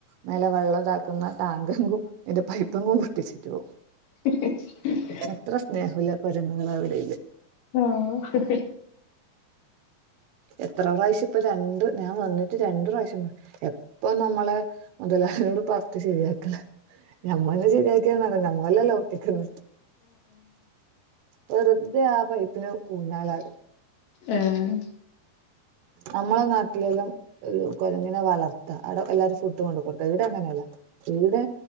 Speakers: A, on the right (about 75°); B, on the left (about 80°).
A: മേലെ വെള്ളതാക്കുന്ന ടാങ്കെങ്കും അതിന്റെ പൈപ്പങ്കും പൊട്ടിച്ചിട്ട് പോകും
B: ഹ ഹ
A: എത്ര സ്നേഹ ല്ല കൊരങ്ങുകൾ അവിടെ ല്
B: ആഹ്
A: എത്ര പ്രാവശ്യം ഇപ്പ രണ്ടു ഞാൻ വന്നിട്ട് രണ്ടു പ്രാവശ്യം എപ്പൊ നമ്മള് മുതലാളി യോട് പർട്ട് ശരിയാക്കലാ ഞമ്മള് ശരിയാക്കിയ നല്ല ഞമ്മല്ലല്ലോ ഒട്ടിക്കുന്നു വെറുതെ ആ പൈപ്പിന് ഊഞ്ഞാ ലാടും
B: ഏ ഹ്
A: നമ്മളെ നാട്ടിലെല്ലാം <unintelligible> കൊരങ്ങനെ വളർത്താ അവിടെ എല്ലാരും ഫുഡ് കൊണ്ട് കൊടുക്കും ഇവിടെ അങ്ങനെല്ല ഇവിടെ